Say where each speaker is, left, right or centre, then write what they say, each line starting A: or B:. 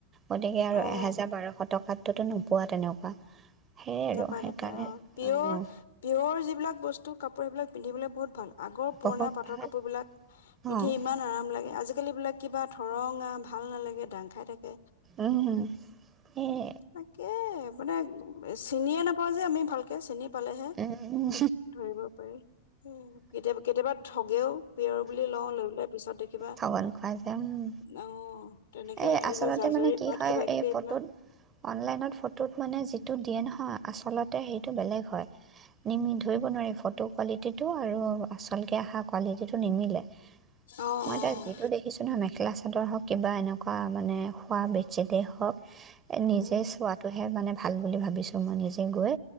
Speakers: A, on the right (about 25°); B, on the left (about 65°).
A: গতিকে আৰু
B: অ'।
A: এহেজাৰ বাৰশ টকাত তো নোপোৱা তেনেকুৱা সেয়াই আৰু
B: নাপায়
A: সেইকাৰণে
B: নাপায় অ পিয়ৰ
A: অ',
B: পিয়ৰ যিবিলাক বস্তু কাপ বিলাক পিন্ধিবলৈ বহুত ভাল আগৰ পুৰণা
A: বহুত
B: পাটৰ
A: ভাল
B: কাপোৰ বিলাক পিন্ধি
A: অ'।
B: ইমান আৰাম লাগে আজিকালিিবিলাক কিবা ৰংা ভাল নালাগে দাং খাই থাকে
A: উম, এই
B: তাকে মানে চিনিয়ে নাপাওঁ আমি ভালকে চিনি পালেহে
A: উম,
B: ধৰিব পাৰি কেতিয় কেতিয়াবা ঠগেও পিয়ৰ বুলি লওঁ লৈ পেলাই পিছত দেখ কিবা
A: ঠগন খোৱা যে উম।
B: অ তেনেকে
A: এই আচলতে
B: যে জাজৰি
A: মানে কি
B: পাত
A: হয়
B: কিবা কিবি
A: এই
B: এইবিলাক
A: ফটোত অনলাইনত ফটোত। মানে যিটো দিয়ে নহয় আচলত। তেয়া সেইটো বেলেগ হয়। নিমি ধৰিব নোৱাৰি ফটো কোৱালিটিটো আৰু আচলকে অহা কোৱালিটিটো নিমিলে।
B: অ', অ',
A: মই তাক যিটো দেখিছো নহ মে। ক্লাছাদৰ হওক কিবা এনেুৱা। থকা মানে খোৱা বেডশ্বিটেই হওক। নিজে
B: উম।
A: চোৱাটোহে মানে। ভাল বুলি ভাবিছোঁ মই নিজে গৈ।